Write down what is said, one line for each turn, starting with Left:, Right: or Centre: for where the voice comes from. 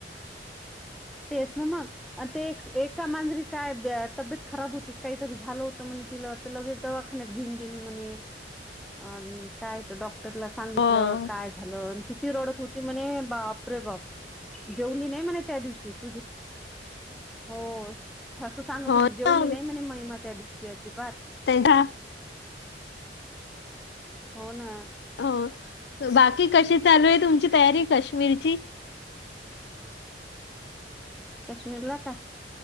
Centre: तेच ना मग. अ ते एका मांजरी काय तब्येत खराब होती काहीतरी झालं होतं म्हण तिला. त लगेच दवाखान्यात घेऊन गेली म्हणे काय डॉक्टर. डॉक्टरला सांगितलं
Left: हो
Centre: काय झालं किती रडत होती म्हणे बाप रे बाप. जेवली नाही म्हणे त्या दिवशी तू दे. हो सासू सांगत
Left: हो
Centre: होते
Left: ना
Centre: जेवली नाही म्हणे महिमा त्या दिवशी अजिबात.
Left: तेव्हा <inaudible>
Centre: हो ना,
Left: हो बाकी कशी चालू आहे. तुमची तयारी काश्मीरची.
Centre: काश्मीरला का,